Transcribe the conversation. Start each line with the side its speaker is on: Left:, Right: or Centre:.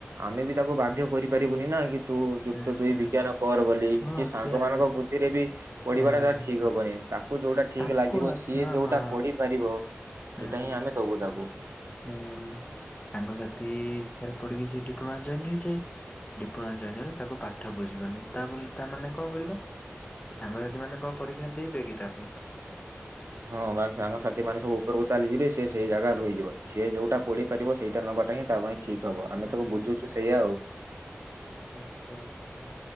Right: ଆମେ ବି ତାକୁ ବାଧ୍ୟ କରିପାରିବୁନି ନା କି ତୁ ଯୁକ୍ତ
Left: ହୁଁ
Right: ଦୁଇ ବିଜ୍ଞାନ କର ବୋଲି
Left: ହଁ
Right: କି ସାଙ୍ଗ
Left: ସେଆ
Right: ମାନଙ୍କ
Left: ସେଆ
Right: ବୁଦ୍ଧିରେ ବି ପଡିବାଟା
Left: ହୁଁ
Right: ତାର ଠିକ୍ ହେବନି ତାକୁ ଯଉଟା ଠିକ
Left: ତାକୁ
Right: ଲାଗିବ
Left: ଆଚ୍ଛା
Right: ସିଏ ଯଉଟା
Left: ହଁ
Right: ପଢ଼ି ପାରିବ ସେଇଟା
Left: ହଁ ହଁ ହୁଁ
Right: ହିଁ ଆମେ ଦବୁ ତାକୁ।
Left: ହୁଁ ସାଙ୍ଗସାଥି ଇଚ୍ଛାରେ ପଡିକି ସେଇ ଡିପ୍ଲୋମା ଜଏନ୍ ହେଇଯାଏ। ଡିପ୍ଲୋମା ଜଏନ୍ ହେଲେ ତାକୁ ପାଠ ବୁଝିବନି ତାବୋଲି ତାମାନେ କଣ କରିବା? ସାଙ୍ଗସାଥୀ ମାନେ କଣ ପରୀକ୍ଷା ଦେଇବେ କି ତା ପାଇଁ?
Right: ହଁ ପା ସାଙ୍ଗସାଥି ମାନେ ସବୁ ଉପରକୁ ଚାଲିଯିବେ ସେ ସେଇ ଜାଗାରେ
Left: ହୁଁ
Right: ରୁହିଯିବ। ସିଏ ଯୋଉଟା ପଢି ପାରିବ ସେଇଟା ନବାଟାହିଁ ତା ପାଇଁ ଠିକ ହବ ଆମେ ତାକୁ
Left: ହୁଁ
Right: ବୁଝୁଛୁ ସେଇଆ ଆଉ।
Left: ଆଚ୍ଛା ଆଚ୍ଛା